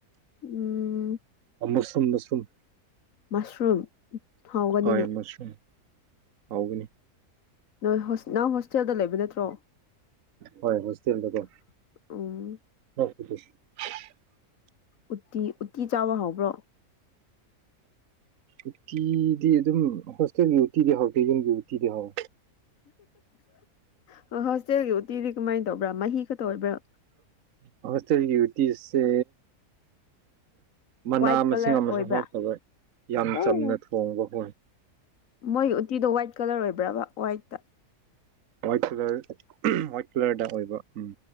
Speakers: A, on the left (about 60°); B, on the right (about 60°).
A: ꯎꯝ
B: ꯃꯨꯁꯔꯨꯝ ꯃꯁꯔꯨꯝ
A: ꯃꯁꯔꯨꯝ ꯍꯥꯎꯒꯅꯤꯅꯦ
B: ꯍꯣꯏ ꯃꯁꯔꯨꯝ ꯍꯥꯎꯒꯅꯤ
A: ꯅꯣꯏ ꯍꯣꯁ ꯅꯪ ꯍꯣꯁ ꯆꯦꯜꯗ ꯂꯩꯕ ꯅꯠꯇ꯭ꯔꯣ
B: ꯍꯣꯏ
A: <inaudible>
B: ꯍꯣꯁꯇꯦꯜꯗꯀꯣ
A: ꯎꯝ
B: <inaudible>
A: ꯎꯇꯤ ꯎꯇꯤ ꯆꯥꯕ ꯍꯥꯎꯕ꯭ꯔꯣ
B: ꯎꯇꯤꯗꯤ ꯑꯗꯨꯝ ꯍꯣꯁꯇꯦꯜꯒꯤ ꯎꯇꯤꯗꯤ ꯍꯥꯎꯇꯦ ꯌꯨꯝꯒꯤ ꯎꯇꯤꯗꯤ ꯍꯥꯎ
A: <inaudible> ꯍꯣꯁꯇꯦꯜꯒꯤ ꯎꯇꯤꯗꯤ ꯀꯃꯥꯏꯅ ꯇꯧꯕ꯭ꯔ ꯃꯍꯤ ꯈꯛꯇ ꯑꯣꯏꯕ꯭ꯔ
B: ꯍꯣꯁꯇꯦꯜꯒꯤ ꯎꯇꯤꯁꯦ ꯃꯅꯥ
A: ꯋꯥꯏꯠ
B: ꯃꯁꯤꯡ
A: ꯀꯂꯔ
B: ꯑꯃꯁꯨ
A: ꯑꯣꯏꯕ꯭ꯔꯥ
B: ꯍꯥꯞꯇꯕ ꯌꯥꯝ
A: ꯑꯣ
B: ꯆꯝꯅ ꯊꯣꯡꯕ ꯍꯣꯏ
A: ꯃꯣꯏꯒꯤ ꯎꯇꯤꯗꯣ ꯋꯥꯏꯠ ꯀꯂꯔ ꯑꯣꯏꯕ꯭ꯔꯕ ꯋꯥꯏꯠꯇ
B: ꯋꯥꯏꯠ ꯀꯂꯔ ꯋꯥꯏꯠ ꯀꯂꯔꯗ ꯑꯣꯏꯕ ꯎꯝ